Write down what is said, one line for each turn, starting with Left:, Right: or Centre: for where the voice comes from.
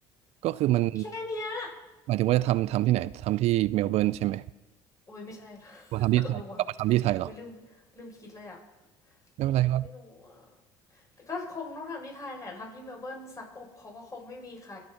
Right: ก็คือมัน
Left: แค่เนี้ย
Right: หมายถึงว่าจะทำทำที่ไหนทำที่เมลเบิร์นใช่ไหม
Left: โอ้ยไม่ใช่ <laughs>
Right: มาทำที่ไทยกลับมาทำที่ไทยเหรอ
Left: เออว่ะวิลืมลืมคิดเลยอ่ะ
Right: ไม่เป็นไรครับ
Left: โอ้ไม่รู้อ่ะแต่ก็คงต้องทำที่ไทยแหละทำที่เมลเบิร์นซักอบเขาก็คงไม่มีใคร